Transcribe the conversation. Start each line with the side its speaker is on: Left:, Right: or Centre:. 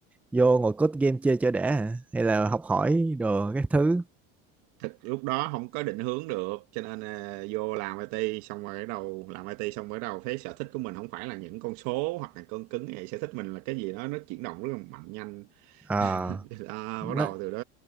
Centre: vô ngồi code game chơi cho đã hả? hay là học hỏi đồ các thứ
Right: thực lúc đó không có định hướng được cho nên à, vô làm IT xong rồi bắt đầu làm IT xong rồi bắt đầu thấy sở thích của mình không phải là những con số hoặc là cân cứng vậy sở thích mình là cái gì đó nó chuyển động rất là mạnh nhanh
Centre: Ờ,
Right: <laughs> à,
Centre: nó
Right: bắt đầu từ đó